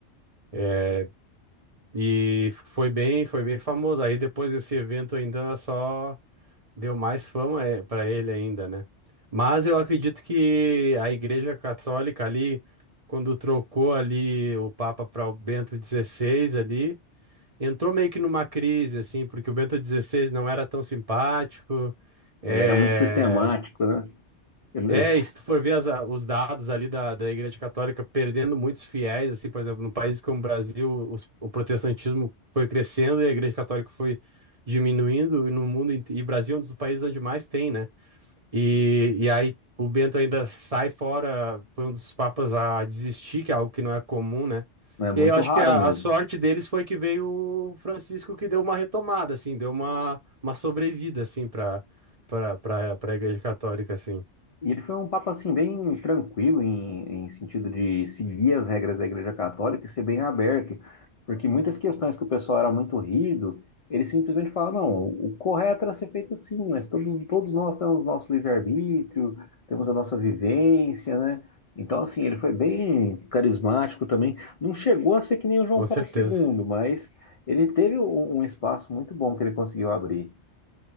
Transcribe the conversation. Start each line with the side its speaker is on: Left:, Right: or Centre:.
Right: É, e foi bem, foi bem famoso. Aí depois desse evento ainda só deu mais fama é, para ele ainda, né? Mas eu acredito que a Igreja Católica ali, quando trocou ali o Papa para o Bento XVI ali, entrou meio que numa crise, assim, porque o Bento XVI não era tão simpático. É,
Left: Ele era muito sistemático, né? Ele-
Right: é, e se tu for ver as- os dados ali da, da Igreja Católica perdendo muitos fiéis, assim, por exemplo, num país como o Brasil, os- o protestantismo foi crescendo e a Igreja Católica foi diminuindo, e no mundo, inte- e Brasil é um dos países onde mais tem, né? E, e aí o Bento ainda sai fora, foi um dos papas a desistir, que é algo que não é comum, né?
Left: é muito
Right: E aí eu acho
Left: raro
Right: que a,
Left: mesmo.
Right: a sorte deles foi que veio o Francisco que deu uma retomada, assim, deu uma, uma sobrevida, assim, para para para a Igreja Católica, assim,
Left: E ele foi um papa assim bem tranquilo em, em sentido de seguir as regras da Igreja Católica e ser bem aberto, porque muitas questões que o pessoal era muito rígido, ele simplesmente fala, não, o correto era ser feito assim, mas todos, todos nós temos o nosso livre-arbítrio, temos a nossa vivência, né? Então, assim, ele foi bem carismático também. Não chegou a ser que nem o João
Right: com
Left: Paulo
Right: certeza.
Left: II, mas ele teve um, um espaço muito bom que ele conseguiu abrir